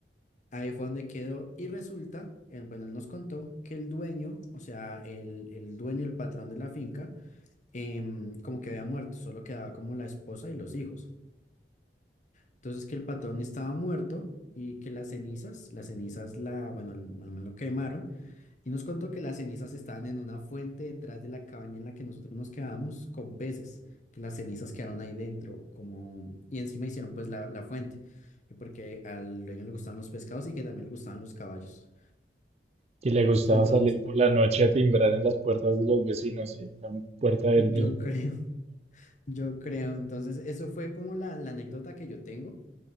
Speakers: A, on the left; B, on the right.
A: ahí fue donde quedó. Y resulta, eh, bueno, él nos contó que el dueño, o sea, el, el dueño, el patrón de la finca, em, como que había muerto, solo quedaba como la esposa y los hijos. Entonces, que el patrón estaba muerto y que las cenizas, las cenizas, la, bueno, al, al man lo quemaron Y nos contó que las cenizas estaban en una fuente detrás de la cabaña en la que nosotros nos quedábamos con peces, que las cenizas quedaron ahí dentro, como, y encima hicieron pues la, la fuente, y porque al dueño le gustaban los pescados y que también le gustaban los caballos.
B: Que le gustaba
A: Entonces,
B: salir por la noche a timbrar en las puertas de los vecinos, y en la puerta del
A: yo
B: mismo.
A: creo, <laughs> yo creo, entonces eso fue como la, la anécdota que yo tengo,